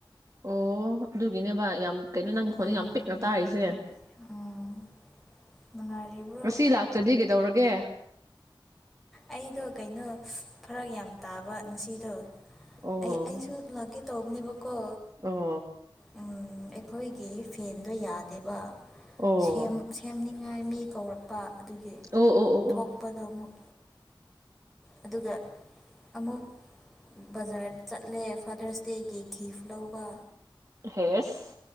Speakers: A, on the right; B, in the centre.
A: ꯑꯣ ꯑꯗꯨꯒꯤꯅꯦꯕ ꯌꯥꯝ ꯀꯩꯅꯣ ꯅꯪ
B: ꯎꯝ
A: ꯈꯣꯟꯗꯣ ꯌꯥꯝ ꯄꯤꯛꯅ ꯇꯥꯔꯤꯁꯦ
B: ꯎꯝ ꯅꯨꯡꯉꯥꯏꯔꯤꯕ꯭ꯔꯣ
A: ꯉꯁꯤ ꯂꯥꯛꯇ꯭ꯔꯗꯤ ꯀꯩꯗꯧꯔꯒꯦ
B: ꯑꯩꯗꯣ ꯀꯩꯅꯣ ꯐꯔꯛ ꯌꯥꯝ ꯇꯥꯕ ꯉꯁꯤꯗꯣ
A: ꯑꯣ
B: ꯑꯩ ꯑꯩꯁꯨ ꯂꯥꯛꯀꯦ ꯇꯧꯕꯅꯦꯕꯀꯣ
A: ꯑꯣ
B: ꯎꯝ ꯑꯈꯣꯏꯒꯤ ꯐꯦꯟꯗꯣ ꯌꯥꯗꯦꯕ
A: ꯑꯣ
B: ꯁꯦꯝ ꯁꯦꯝꯅꯤꯡꯉꯥꯏ ꯃꯤ ꯀꯧꯔꯛꯄ ꯑꯗꯨꯒꯤ
A: ꯑꯣ ꯑꯣ ꯑꯣ
B: ꯊꯣꯛꯄꯗꯣ
A: ꯑꯣ
B: ꯑꯃꯨꯛ ꯑꯗꯨꯒ ꯑꯃꯨꯛ ꯕꯖꯥꯔ ꯆꯠꯂꯦ ꯐꯥꯗꯔꯁ ꯗꯦꯒꯤ ꯒꯤꯐ ꯂꯧꯕ
A: ꯍꯦꯁ